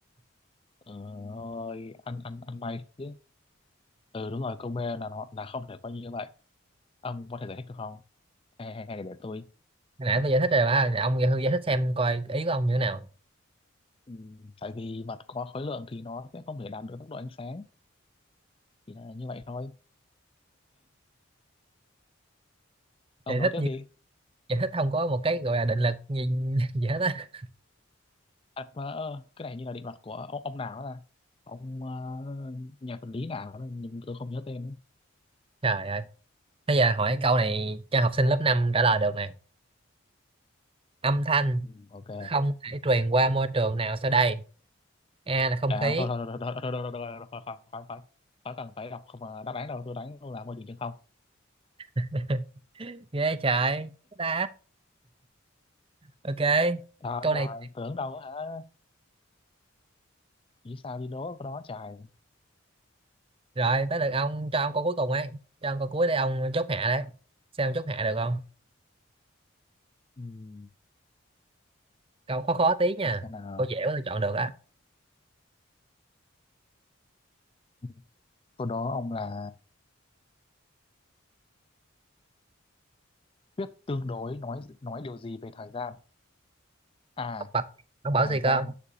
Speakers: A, on the left; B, on the right.
A: ừ, ơi ăn ăn ăn may chứ ừ đúng rồi câu B là nó là không thể quay như vậy ông có thể giải thích được không hay hay, hay để tôi
B: hồi nãy tôi giải thích rồi ba Nè, ông giải giải thích xem coi ý của ông như thế nào
A: ừ, tại vì vật có khối lượng thì nó sẽ không thể đạt được tốc độ ánh sáng chỉ là như vậy thôi ông
B: giải
A: đố
B: thích
A: tiếp
B: như
A: đi
B: giải thích không có một cái gọi là định lực gì, <laughs> gì hết á
A: à mà ờ, cái này như là định luật của ông, ông nào đó là ông ờ, nhà vật lý nào đó, nhưng tôi không nhớ tên nữa.
B: trời ơi thế giờ hỏi câu này cho học sinh lớp 5 trả lời được nè âm thanh
A: Ừ. Ok.
B: không thể truyền qua môi trường nào sau đây a là không
A: À,
B: khí
A: thôi thôi thôi thôi thôi thôi thôi thôi thôi khỏi khỏi khỏi khỏi cần phải đọc không mà đáp án đâu tôi đánh luôn là môi trường chân không.
B: <laughs> ghê trời ta ok
A: Trời
B: câu
A: trời
B: này
A: tưởng đâu á hả? Nghĩ sao đi đố cái đó trời.
B: rồi tới lượt ông cho ông câu cuối cùng ấy cho ông câu cuối để ông chốt hạ đấy xem ông chốt hạ được không
A: Ừm,
B: câu khó khó tí nha
A: để xem nào.
B: câu dễ quá tôi chọn được á
A: Ừ, Câu đó ông là thuyết tương đối nói nói điều gì về thời gian? À,
B: ông bật ông bảo
A: thời
B: gì
A: gian.
B: cơ ông